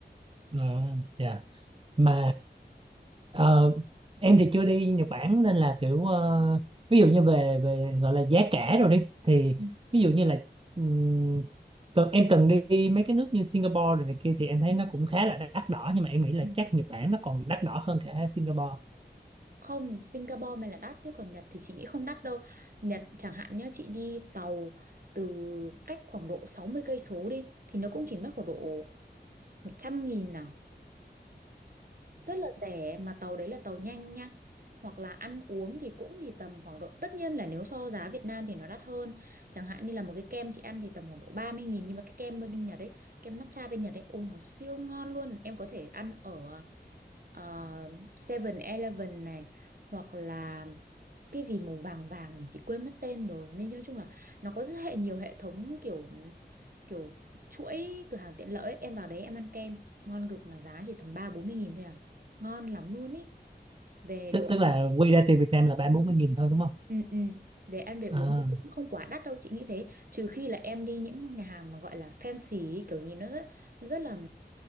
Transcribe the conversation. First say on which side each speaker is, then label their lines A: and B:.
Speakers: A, on the right; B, on the right.
A: Ờ, dạ. mà ờ, em thì chưa đi Nhật Bản nên là kiểu ờ, ví dụ như về về gọi là giá cả rồi đi thì
B: Ừ,
A: ví dụ như là ừm, cần, em cần đi mấy cái nước như Singapore rồi này kia thì em thấy
B: ừ,
A: nó cũng khá là đắt đỏ nhưng mà em nghĩ là
B: ừ.
A: chắc Nhật Bản nó còn đắt đỏ hơn cả Singapore
B: Không, Singapore mới là đắt chứ còn Nhật thì chị nghĩ không đắt đâu. Nhật chẳng hạn nhá, chị đi tàu từ cách khoảng độ 60 cây số đi thì nó cũng chỉ mất khoảng độ một trăm nghìn à rất là rẻ mà tàu đấy là tàu nhanh nha hoặc là ăn uống thì cũng thì tầm khoảng độ tất nhiên là nếu so giá Việt Nam thì nó đắt hơn chẳng hạn như là một cái kem chị ăn thì tầm khoảng độ ba mươi nghìn nhưng mà cái kem bên Nhật ấy kem matcha bên Nhật ấy ôi nó siêu ngon luôn em có thể ăn ở ờ, Seven eleven này hoặc là cái gì màu vàng vàng nhỉ chị quên mất tên rồi nên nói chung là nó có rất hệ nhiều hệ thống kiểu kiểu chuỗi cửa hàng tiện lợi ấy. Em vào đấy em ăn kem ngon cực mà giá chỉ tầm ba bốn mươi nghìn thôi à ngon lắm luôn ý về
A: tức
B: đồ ăn
A: tức là quy ra tiền Việt Nam là ba bốn mươi nghìn thôi đúng không
B: ừ, ừ. về ăn về uống
A: à,
B: thì cũng không quá đắt đâu chị nghĩ thế trừ khi là em đi những nhà hàng mà gọi là fancy ý, kiểu nhìn nó rất, nó rất là